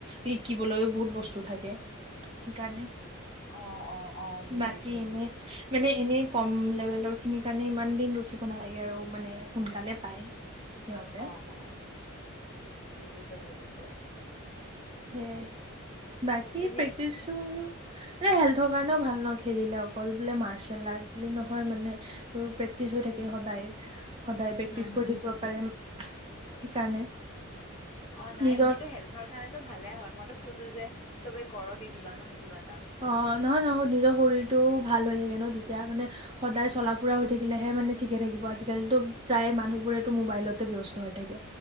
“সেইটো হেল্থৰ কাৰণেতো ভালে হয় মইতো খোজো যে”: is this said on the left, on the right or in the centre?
Left